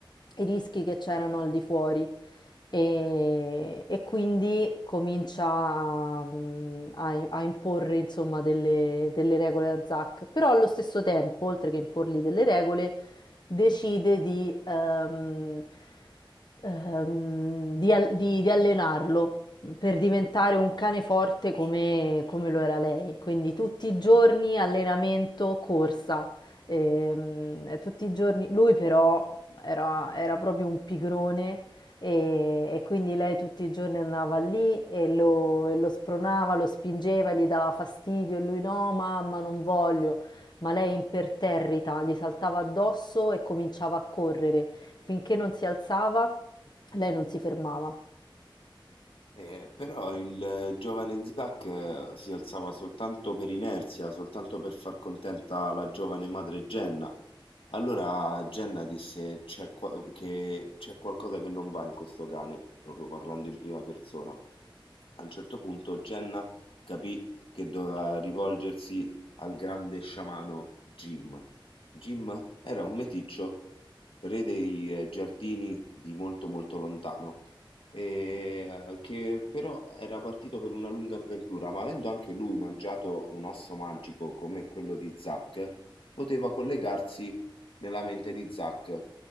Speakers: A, on the left; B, on the left.
A: i rischi che c'erano al di fuori e, e quindi comincia a, mm, a- a imporre insomma delle, delle regole a Zack, però allo stesso tempo, oltre che imporgli delle regole, decide di, ehm, ehm, di al- di- di allenarlo per diventare un cane forte come, come lo era lei. Quindi tutti i giorni allenamento, corsa. Ehm, tutti i giorni, lui però era, era proprio un pigrone e, e quindi lei tutti i giorni andava lì e lo, e lo spronava, lo spingeva, gli dava fastidio e lui no, mamma, non voglio. Ma lei imperterrita gli saltava addosso e cominciava a correre. Finché non si alzava, lei non si fermava.
B: Ehm, però il eh, giovane Zack eh, si alzava soltanto per inerzia, soltanto per far contenta la giovane madre Jenna. Allora Jenna disse c'è qua- che c'è qualcosa che non va in questo cane, proprio parlando in prima persona. A un certo punto Jenna capì che doveva rivolgersi al grande sciamano Jim, Jim era un meticcio, re dei eh, giardini di molto molto lontano, e, eh, che però era partito per una lunga avventura, ma avendo anche lui mangiato un osso magico come quello di Zack, poteva collegarsi nella mente di Zack